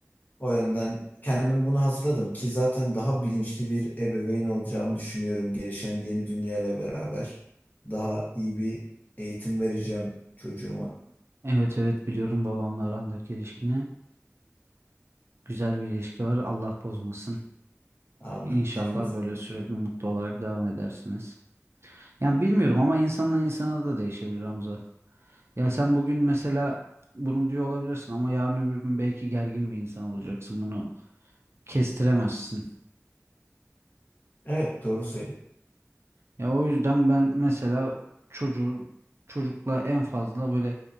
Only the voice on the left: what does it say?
O yönden kendim bunu hazırladım ki zaten daha bilinçli bir ebeveyn olacağımı düşünüyorum gelişen yeni dünyayla beraber. Daha iyi bir eğitim vereceğim çocuğuma.
Amin.
Hepimiz.
Evet doğru söylüyorsun.